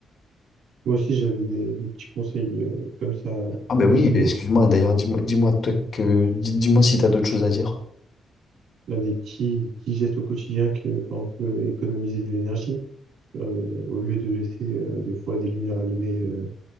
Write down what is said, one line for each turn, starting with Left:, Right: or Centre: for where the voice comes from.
Right: Moi aussi, j'avais des, des petits conseils euh, comme ça
Left: Ah ben
Right: à
Left: oui,
Right: te donner.
Left: excuse-moi, d'ailleurs, dis-moi, dis-moi toi que, dis- dis-moi si t'as d'autres choses à dire.
Right: Là, des petits, des petits gestes au quotidien que, par exemple, euh, économiser de l'énergie. Euh, au lieu de laisser euh, des fois des lumières allumées euh,